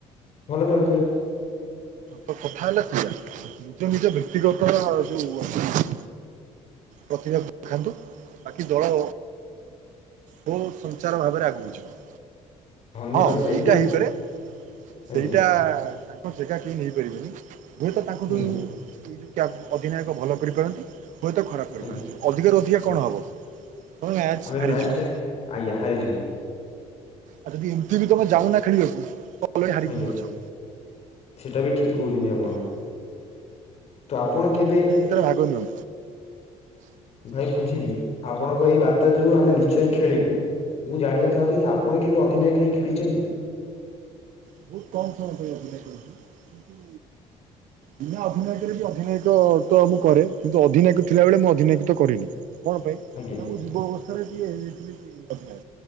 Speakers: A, on the left (about 55°); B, on the right (about 75°).
A: ଭଲ ଖେଳୁଥିଲେ।
B: ତ କଥା ହେଲା ସେଇଆ, ନିଜ ନିଜ ବ୍ୟକ୍ତିଗତ ଯୋଉ ଅଛି ପ୍ରତିଭା ଦେଖାନ୍ତୁ, ବାକି ଦଳ ବହୁତ ସଞ୍ଚାର ଭାବରେ ଆଗକୁ ଯିବ।
A: ଧନ୍ୟବାଦ
B: ହଁ
A: ଭାଇ
B: ଏଇଟା
A: ମୁଁ
B: ହେଇପାରେ
A: ଆଜ୍ଞା
B: ସେଇଟା ତାଙ୍କ ଯେଗା କେହି ନେଇପାରିବେନି, ହୁଏତ ତାଙ୍କଠୁ
A: ହୁଁ
B: ଏଇ ଯୋଉ ଅଧିନାୟକ ଭଲ କରିପାରନ୍ତି ହୁଏତ ଖରାପ କରିପାରନ୍ତି,
A: ଆଜ୍ଞା
B: ଅଧିକାରୁ ଅଧିକା
A: ଆଜ୍ଞା
B: କଣ ହେବ? ମ୍ୟାଚ୍
A: ଆମେ ମ୍ୟାଚଟା
B: ହାରିଯିବ।
A: ଆଜ୍ଞା ହାରଯିବୁ।
B: ଆ ଏତେ ବି ତମେ ଜାଣୁନା ଖେଳିବାକୁ ଅଲରେଡି ହାରିକି
A: ଆଜ୍ଞା
B: ହିଁ ଅଛ
A: ସେଇଟା ବି ଠିକ୍ କହୁଛନ୍ତି ଆପଣ,
B: ବୁଝିଲ
A: ତ ଆପଣ କେବେ
B: ତାର ରାଗ ଜୋର।
A: ଭାଇ ବୁଝିଲି, ଆପଣଙ୍କ ଏଇ ବାର୍ତ୍ତା ଯୋଗୁଁ, ଆମେ ନିଶ୍ଚୟ ଖେଳିବୁ। ମୁଁ ଜାଣିବାକୁ ଚାହୁଁଛି ଆପଣ କେବେ ଅଧିନାୟକ ହେଇ ଖେଳିଛନ୍ତି?
B: ବହୁତ କମ୍ ସମୟ ପାଇଁ ଅଭିନୟ କରିଛି କିନ୍ତୁ
A: <inaudible>
B: ବିନା ଅଧିନାୟକରେ ବି ଅଧିନାୟକ ତ ମୁଁ କରେ, କିନ୍ତୁ ଅଧିନାୟକ ଥିଲାବେଳେ ମୁଁ ଅଧିନାୟକ ତ କରିନି। କଣ ପାଇଁ?
A: ଆଜ୍ଞା।
B: ତାଙ୍କୁ ଯୁବ ଅବସ୍ଥାରେ ଟିକେ ଯାଇଥିଲି।